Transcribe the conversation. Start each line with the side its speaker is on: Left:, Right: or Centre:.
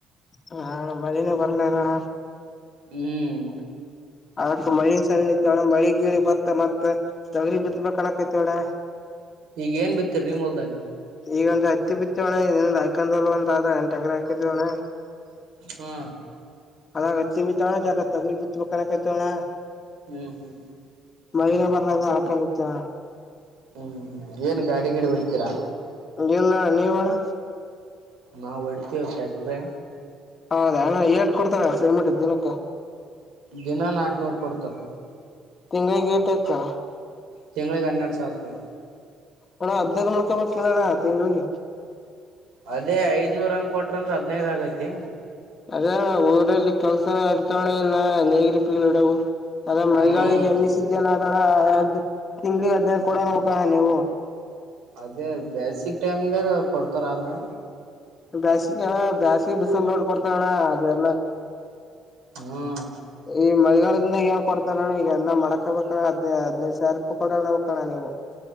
Left: ಹ್ ಅಣ್ಣ ಮಳಿನೆ ಬರಲಾಗದಣ
Right: ಹ್ಮ್
Left: ಅದಕ್ಕ ಮಳಿ ಸಣ್ಣತ್ವ ಅಣ್ಣ‌ ಮಳಿ ಗೀಳಿ ಬತ್ತ ಮತ್ ತೊಗ್ರಿ ಬಿತ್ಬೇಕ್ ಅನ್ನಕತ್ತೀವಿ ಅಣ್ಣ.
Right: ಈಗ ಏನ್ ಬಿತ್ತಿರಿ ನಿಮ್ಮ್ ಹೊಲ್ದಾಗ
Left: ಈಗ ಒಂದು ಹತ್ತಿ ಬಿತ್ತಿವಿ ಅಣ್ಣ ಒಂದ ಹೊಲ ಎಂಟು ಎಕರೆ ಹಾಕೊಂದಿವಿ ಅಣ್ಣ.
Right: ಹಾ
Left: ಅರ್ಧ ಹತ್ತಿ ಬಿತ್ತಿವಿ ಜರ ತೊಗರಿ ಬಿತ್ತಬೇಕು ಅನ್ನಕತ್ತೀವಿ ಅಣ್ಣ
Right: ಹ್ಮ್ ಹ್ಮ್
Left: ಮಳಿನೇ ಬರಲ್ಲಗ್ಯದ ಅದಕ ನಿಂತೀವಿ ಕಣ್ಣ
Right: ಹ್ಮ್ ಏನ್ ಗಾಡಿ ಗಿಡಿ ಹೊಡ್ತೀರಾ?
Left: ಇಲ್ಲಾ ನೀವ್ ಅಣ್ಣ
Right: ನಾವು ಹೊಡಿತಿವಿ ಟ್ಯಾಕ್ಟ್ರಿ
Left: ಹೌದ ಅಣ್ಣ ಏಟು ಕೊಡ್ತಾರೆ ಪೇಮೆಂಟ್ ದಿನಕ್ಕೆ.
Right: ದಿನ ನಾಲ್ಕು ನೂರು ಕೊಡ್ತಾರ.
Left: ತಿಂಗಳಿಗ್ ಏಟ್ ಆಯಿತು ಅಣ್ಣ್
Right: ತಿಂಗಳಿಗೆ ಹನ್ನೆರಡು ಸಾವಿರ ರೂಪಾಯಿ.
Left: ಅಣ್ಣ ಹದಿನೈದು ಮಾಡಕೊಬೇಕ್ಲಿಲ್ವ ಅಣ್ಣ ತಿಂಗಳಿಗಿ
Right: ಅದೇ ಐದನೂರ್ ಹಂಗ್ ಕೊಟ್ರ ಅಂದ್ರೆ ಹದಿನೈದು ಆಗೂತೆ
Left: ಅದೆ ಅಣ್ಣ ಊರಲ್ಲಿ ಕೆಲ್ಸನ ಅಡಚಣೆ ಇಲ್ಲ ನೀರು ಪೀರು ಈಡವು ಅದ ಮಳಿಗಳಿಗೆ
Right: ಹ್ಮ್
Left: ಎಣ್ಣಿ ಸೀಜನ್ ಅದ ಅಣ್ಣ ಅದ್ ತಿಂಗಳಿಗೆ ಹದಿನೈದು ಕೊಡು ಅನ್ನಬೇಕು ಅಣ್ಣ ನೀವು.
Right: ಅದೇ ಬೇಸಿಕ್ ಟೈಮದಾಗ ಕೊಡ್ತಾರ ಆದ್ರೆ
Left: ಬ್ಯಾಸಗಿ ಅಣ್ಣ ಬ್ಯಾಸಗಿ ಬಿಸಲ್ ನೋಡ್ ಕೊಡ್ತಾರಾ ಅಣ್ಣ ಅದೆಲ್ಲ.
Right: ಹ್ಮ್
Left: ಈ ಮಳಗಾಲ್ ಹೇಳ್ ಕೊಡ್ತಾರನ್ನ ಹೀಗ್ ಎಲ್ಲಾ ಮಾಡ್ಕೊಬೇಕಲ್ಲ ಹದಿನೈದು ಸಾವಿರ ರೂಪಾಯಿ ಕೊಡಲ್ಲ ಅಣ್ಣ ನೀವು